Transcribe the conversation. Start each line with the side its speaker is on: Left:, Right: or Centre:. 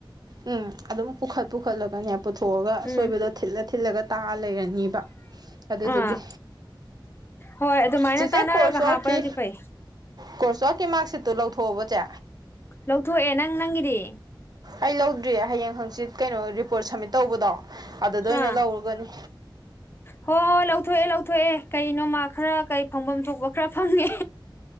Right: ꯎꯝ ꯑꯗꯨꯝ ꯄꯨꯈꯠ ꯄꯨꯈꯠꯂꯒꯅꯦ ꯄꯨꯊꯣꯛꯑꯒ ꯑꯁꯣꯏꯕꯗꯣ
Left: ꯎꯝ
Right: ꯊꯤꯠꯂ ꯊꯤꯠꯂꯒ ꯇꯥꯑ ꯂꯩꯔꯅꯤꯕ ꯑꯗꯨꯗꯨꯒꯤ
Left: ꯑꯥ ꯍꯣꯏ ꯑꯗꯨꯃꯥꯏꯅ
Right: ꯆꯤꯆꯦ
Left: ꯇꯥꯟꯅꯔꯒ
Right: ꯀꯣꯔꯁ
Left: ꯍꯥꯞꯄꯅꯗꯤ
Right: ꯋꯥꯈꯤ
Left: ꯐꯩ
Right: ꯀꯣꯔꯁ ꯆꯀꯤ ꯃꯥꯔꯛꯁꯤꯠꯇꯨ ꯂꯧꯊꯣꯛꯎꯕꯁꯦ
Left: ꯂꯧꯊꯣꯛꯑꯦ ꯅꯪ ꯅꯪꯒꯤꯗꯤ
Right: ꯑꯩ ꯂꯧꯗ꯭ꯔꯤꯌꯦ ꯍꯌꯦꯡ ꯍꯪꯆꯤꯠ ꯀꯩꯅꯣ ꯔꯤꯄꯣꯔꯠ ꯁꯝꯃꯤꯠ ꯇꯧꯕꯗꯣ ꯑꯗꯨꯗ ꯑꯣꯏꯅ
Left: ꯑꯥ
Right: ꯂꯧꯔꯒꯅꯤ
Left: ꯍ ꯂꯧꯊ ꯂꯧ ꯊꯣꯛꯑꯦ ꯀꯩ ꯅꯣꯃꯥ ꯈꯔ ꯀꯩ ꯐꯪꯐꯝ ꯊꯣꯛꯄ ꯈꯔ ꯐꯪꯉꯦ